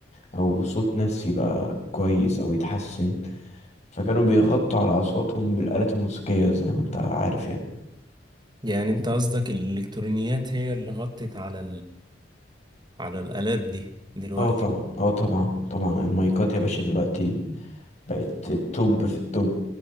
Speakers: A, on the left; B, on the right.
A: أو صوت ناس يبقى كويس أو يتحسن فكانوا بيغطوا على أصواتهم بالآلات الموسيقية زي ما أنت عارف يعني
B: يعني انت قصدك الالكترونيات هي اللي غطت على على الآلات دي دلوقتي
A: اه طبعا اه طبعا طبعا المايكات يا باشا دلوقتي بقت التوب في التوب